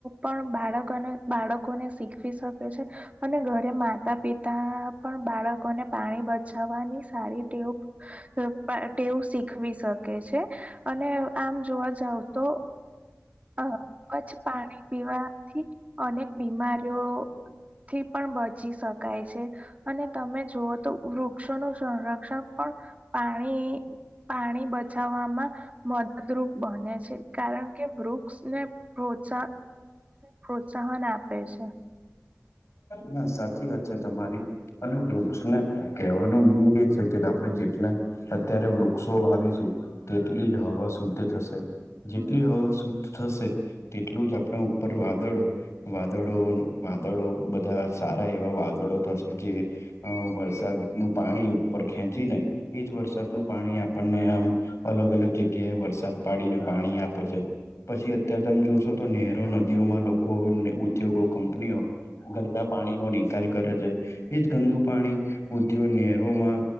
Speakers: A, on the right; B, on the left.
A: પણ બાળક અને બાળકોને શીખ વી શકે છે અને ઘરે માતા પિતા પણ બાળકોને પાણી બચાવવાની સારી ટેવ એ પણ ટેવ શીખવી શકે છે અને આમ જોવા જાવ તો હા સ્વચ્છ પાણી પીવાથી અનેક બીમારીઓ થી પણ બચી શકાય છે. અને તમે જુઓ તો વૃક્ષોનું સંરક્ષણ પણ પાણી પાણી બચાવવામાં મદદરૂપ બને છે કારણ કે વૃક્ષ વૃક્ષ ને પ્રોત્સ પ્રોત્સાહન આપે છે
B: ના સાચી વાત છે તમારી અને વૃક્ષને કહેવાનું મિનિંગ એ છે કે આપણે જેટલા અત્યારે વૃક્ષો વાવીશું તેટલી જ હવા શુદ્ધ થશે જેટલી
A: હમ
B: હવા શુદ્ધ થશે તેટલું જ આપણા ઉપર વાદળ વાદળો વાદ વાદળો બધા સારા એવા વાદળો થશે જે રીતે અ વરસાદ નું પાણી ઉપર ખેંચી ને એજ વરસાદનું પાણી આપણને આમ અલગ અલગ જગ્યાએ વરસાદ પાડીને પાણી આપે છે. પછી અત્ય્યારે તમે જોશો તો નહેરો નદીઓમાં લોકો ઉદ્યોગો કંપનીઓ ગંદા પાણી નો નિકાલ કરે છે એજ ગંદુ પાણી ઉદ્યોગ નેરોમાં